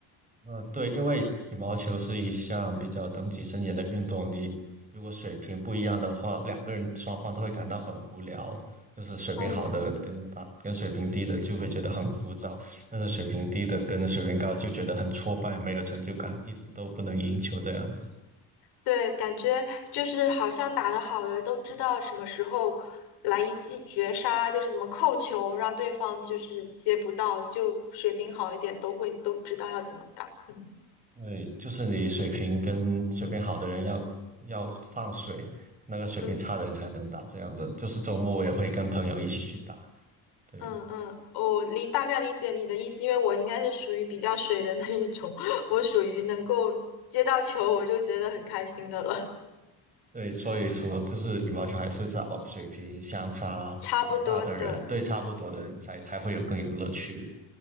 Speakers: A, on the right (about 20°); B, on the left (about 80°).
A: 呃，对，因为羽毛球是一项比较等级森严的运动，你如果水平不一样的话，两个人双方都会感到很无聊。就是水平好的跟打跟水平低的就会觉得很枯燥，
B: 嗯，
A: 但是水平低的跟水平高就觉得很挫败，
B: 嗯
A: 没有成就感，一直都不能赢球这样子。
B: 对，感觉就是好像打得好的都知道什么时候来一记绝杀，就是怎么扣球，让对方就是接不到，就水平好一点都会都知道要怎么打。嗯
A: 对，就是你水平跟水平好的人要要放水，那个水平差的人才能打，
B: 嗯。
A: 这样子。就是周末我也会跟朋友一起去打，对
B: 嗯嗯，我理大概理解你的意思，因为我应该是属于比较水的那一种，<laughs> 我属于能够接到球我就觉得很开心的了。
A: 对，所以说就是羽毛球还是找水平相差不大的人，
B: <laughs> 差不多的
A: 对差不多的人才才会有更有乐趣。